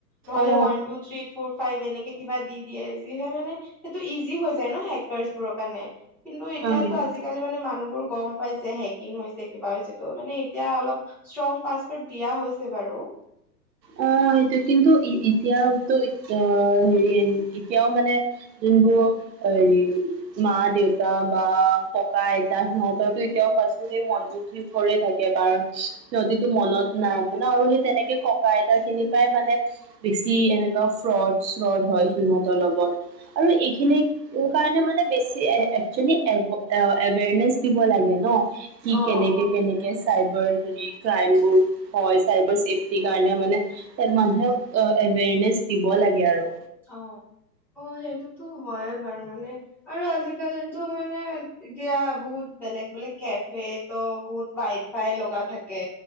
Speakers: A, in the centre; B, on the right.
A: নহ'লে
B: অ
A: one two three four five এনেকে কিবা দি দিয়ে, যিহে মানে সেইটো ইজি হৈ যায় ন, হেকাৰ্চবোৰৰ কাৰণে। কিন্তু এতিয়াতো
B: অ
A: আজিকালি মানে মানুহবোৰ গম পাইছে হেকিং হৈছে কিবা হৈছে ত' মানে এতিয়া অলপ ষ্ট্ৰং পাছৱৰ্ড দিয়া হৈছে বাৰু।
B: অ', সেইটো কিন্তু এতিয়াতো আহ, হেৰি এতিয়াও মানে যোনবোৰক হেৰি মা দেউতা বা ককা আইতা সিহঁতৰো এতিয়াও পাছৱৰ্ড ওওৱান টু থ্ৰী ফ'ৰে থাকে কাৰণ সিহতিটো মনত নাৰাখে ন আৰু সেই তেনেকে ককা আইতাখিনিৰ পাই মানে বেছি এনেকুৱা ফ্ৰড- চ্ৰড হয়, সিহঁতৰ লগত। আৰু এইখিনি <unintelligible> মানে বেছি এক-একচুৱেলি এৱেৰনেচ দিব লাগে ন, কি
A: অ
B: কেনেকে, কেনেকে চাইবাৰ হেৰি ক্ৰাইম বোৰ হয় চাইবাৰ চেফটিৰ কাৰণে মানে, মানুহক এৱেৰনেছ দিব লাগে আৰু।
A: অ', অ', সেইটোতো হয়ে বাৰু মানে আৰু আজিকালিতো মানে এতিয়া বহুত বেলেগ, বেলেগ কেফে তো বহুত ৱাইফাই লগা থাকে